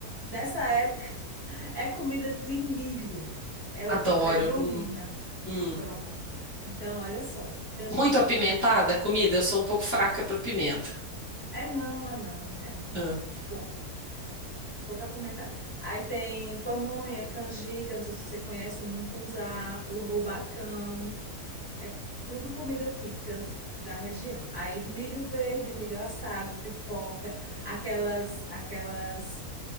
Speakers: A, on the right (about 20°); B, on the left (about 20°).
A: Nessa época <laughs> é comida de milho, é
B: Adoro.
A: o que predomina.
B: Hum, hum.
A: Pronto. Então, olha só, canjica,
B: Muito apimentada
A: pamonha.
B: a comida, eu sou um pouco fraca para pimenta.
A: É não, é não, é não.
B: Ah,
A: Pouco, pouco apimentado. Aí tem pamonha, canjica, não sei se você conhece o mungunzá, o rubacão. É tudo comida típica da região. Aí milho verde, milho assado, pipoca, aquelas, aquelas,